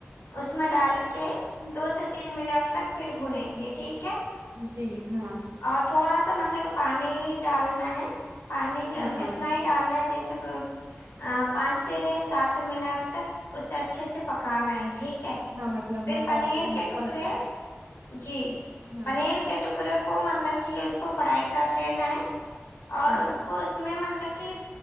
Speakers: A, on the left; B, on the right.
A: اس میں ڈال کے دو سے تین منٹ تک پھر بھونے گے ٹھیک ہے
B: جی ہاں
A: اور تھوڑا سا مطلب کہ پانی ڈالنا ہے پانی
B: ہاں
A: اتنا ہی ڈالنا ہے جیسے پروس پانچ سے سات منٹ تک اسے اچھے سے پکانا ہے ٹھیک ہے
B: ہاں مطلب
A: پھر
B: مٹر
A: پنیر
B: اور
A: کے تکڑے
B: پک جائے
A: جی
B: ہاں
A: پنیر کے ٹکڑے کو مطلب کہ اس کو فرائی کر لینا ہے اور
B: ہاں
A: اس کو اس میں مطلب کہ